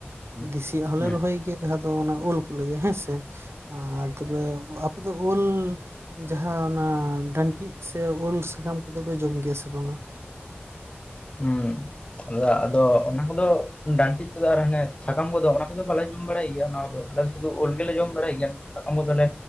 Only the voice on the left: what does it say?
ᱦᱮᱸ
ᱦᱮᱸ
ᱦᱩᱸ ᱟ ᱟᱫᱚ ᱚᱱᱟ ᱠᱚᱫᱚ ᱰᱟᱱᱴᱤᱡ ᱠᱚᱫᱚ ᱟᱨ ᱦᱟᱱᱮ ᱥᱟᱠᱟᱢ ᱠᱚᱫᱚ ᱚᱱᱟ ᱠᱚᱫᱚ ᱵᱟᱞᱮ ᱡᱚᱢ ᱵᱟᱲᱟᱭ ᱜᱮᱭᱟ, ᱚᱱᱟ ᱠᱚᱫᱚ ᱟᱞᱮ ᱥᱩᱫᱩᱞᱮ ᱡᱚᱢ ᱵᱟᱲᱟᱭ ᱜᱮᱭᱟ ᱥᱟᱠᱟᱢ ᱫᱚᱞᱮ